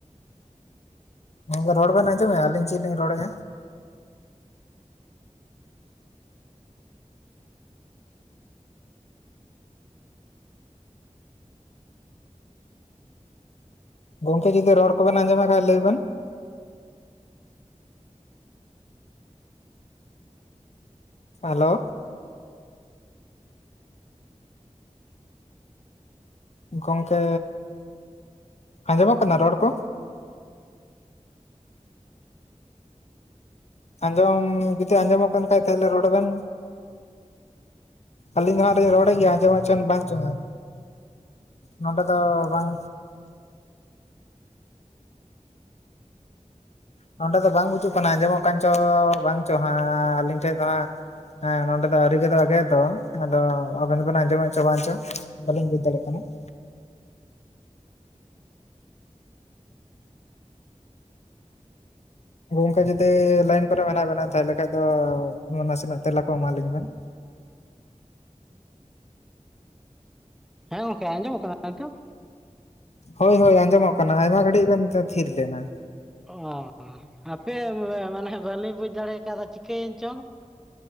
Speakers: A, on the left; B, in the centre.
A: ᱜᱚᱢᱠᱮ ᱨᱚᱲ ᱵᱮᱱ ᱟᱸᱡᱚᱢᱮᱜ-ᱟ ᱟᱹᱞᱤᱧ ᱪᱮᱫ ᱞᱤᱧ ᱨᱚᱲᱮᱫᱼᱟ? ᱜᱚᱝᱠᱮ ᱡᱩᱫᱤ ᱨᱚᱲ ᱠᱚᱵᱮᱱ ᱟᱸᱡᱚᱢᱮᱫ ᱠᱷᱟᱱ ᱞᱟᱹᱭ ᱵᱮᱱ? ᱦᱮᱞᱳ ᱜᱚᱢᱠᱮᱻ ᱟᱸᱡᱚᱢᱚᱜ ᱠᱟᱱᱟ ᱨᱚᱲ ᱠᱚ? ᱟᱸᱡᱚᱢ ᱡᱩᱫᱤ ᱟᱸᱡᱚᱢᱚᱜ ᱠᱟᱱ ᱠᱷᱟᱡ ᱛᱟᱦᱚᱞᱮ ᱨᱚᱲ ᱵᱮᱱ? ᱟᱹᱞᱤᱧ ᱫᱚ ᱦᱟᱸᱜ ᱞᱤᱧ ᱨᱚᱲᱮᱫ ᱜᱮᱭᱟ ᱟᱸᱡᱚᱢᱮᱫ ᱪᱚᱝ ᱵᱟᱝ ᱪᱚᱝ ᱦᱟᱸᱜ ᱱᱚᱰᱮ ᱫᱚ ᱵᱟᱝ ᱱᱚᱸᱰᱮ ᱫᱚ ᱵᱟᱝ ᱵᱩᱡᱩᱜ ᱠᱟᱱᱟ ᱟᱸᱡᱚᱢᱚᱜ ᱠᱟᱱ ᱪᱚ ᱵᱟᱝ ᱪᱚ ᱦᱟᱸᱜ ᱟᱹᱞᱤᱧ ᱴᱷᱮᱡ ᱫᱚ ᱦᱟᱸᱜ ᱦᱮᱸ ᱱᱚᱰᱮ ᱫᱚ ᱟᱹᱣᱨᱤ ᱜᱮᱫᱚᱜ-ᱟ ᱜᱮᱫ ᱫᱚ ᱟᱫᱚ ᱟᱵᱮᱱ ᱫᱚᱵᱮᱱ ᱟᱸᱡᱚᱢᱮᱫ ᱪᱚ ᱵᱟᱝ ᱪᱚ ᱾ ᱵᱟᱹᱞᱤᱧ ᱵᱩᱡᱽ ᱫᱟᱲᱮᱭᱟᱜ ᱠᱟᱱᱟ ᱾ ᱜᱚᱝᱠᱮ ᱡᱩᱫᱤ ᱞᱟᱭᱤᱱ ᱠᱚᱨᱮ ᱢᱮᱱᱟᱜ ᱵᱮᱱᱟ ᱛᱟᱦᱚᱞᱮ ᱠᱷᱟᱱ ᱫᱚ ᱱᱟᱥᱮᱱᱟᱜ ᱛᱮᱞᱟ ᱠᱚ ᱮᱢᱟᱞᱤᱧ ᱵᱮᱱ?
B: ᱦᱮᱸ ᱜᱚᱝᱠᱮ ᱟᱸᱡᱚᱢᱚᱜ ᱠᱟᱱᱟ ᱱᱤᱛᱚᱜ?
A: ᱦᱚᱭ ᱦᱚᱭ ᱟᱸᱡᱚᱢᱚᱜ ᱠᱟᱱᱟ ᱟᱭᱢᱟ ᱜᱷᱟᱹᱲᱤᱡ ᱵᱮᱱ ᱛᱷᱤᱨ ᱞᱮᱱᱟ ᱾
B: ᱚᱻ ᱦᱟᱯᱮ ᱢᱟᱱᱮ ᱵᱟᱹᱞᱤᱧ ᱵᱩᱡᱽ ᱫᱟᱲᱮ ᱠᱟᱣᱫᱟ ᱪᱤᱠᱟᱹᱭᱮᱱ ᱪᱚᱝ ᱾